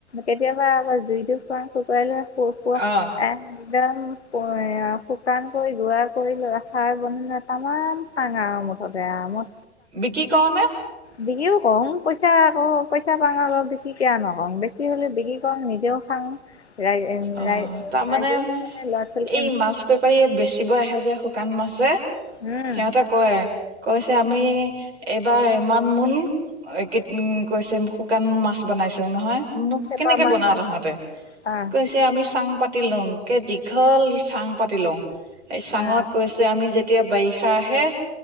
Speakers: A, on the left; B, on the right.
A: কেতিয়াবা আকৌ জুইটো ফুৱাং শুকুৱাবলৈ। প পুৰা
B: অ'।
A: একদম এ শুকান কৰি গুৰা কৰি লোৱা খাৰ বনিলে তামাম খাং আও মুঠতে আও
B: বিক্ৰী কৰনে
A: বিক্ৰীও কৰোং পইচা আকৌ পইচা পাও অলপ বিক্ৰী কিয় নকওঁ বেছি হ'লে বিক্ৰী কৰোং নিজেও খাং। ৰাই
B: অ'
A: ৰাই
B: তাৰমানে
A: ৰাইজকো
B: এই
A: মানে ল'ৰা ছোৱালী
B: মাছ বেপাৰীয়ে বেচিব আহে যে শু শুকান মাছে সিহঁতক
A: উম
B: কয়, কৈছে আমি এইবাৰ ইমান মোন এক উম কৈছে শুকান মাছ বনাইছোঁ নহয় মই বোলো
A: চেপা
B: কেনেকে
A: মাছ
B: বনাও
A: অ
B: তহঁতে
A: অ
B: কৈছে আমি চাং পাতি লওঁ, একে দীঘল চাং পাতি লওঁ, চাঙত
A: অ
B: কৈছে আমি যেতিয়া বাৰিষা আহে,